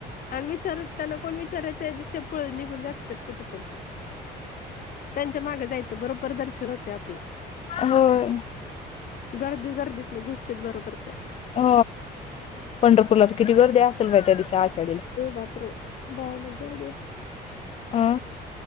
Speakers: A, on the left (about 55°); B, on the left (about 40°).
A: आणि विचारत त्यांना कोण वि दि पळून निघून जातात कुठे पण त्यांच्या मागे त्या बरोबर दर्शन होते आपलं
B: होय
A: गर्दी गर्दीत ना घुसतेेत बरोबर त्या
B: हो पंढरपूरलाच किती गर्दी असेल माहि त्या दिवशी आषाढी
A: बापरे बायान गरदी असते
B: अं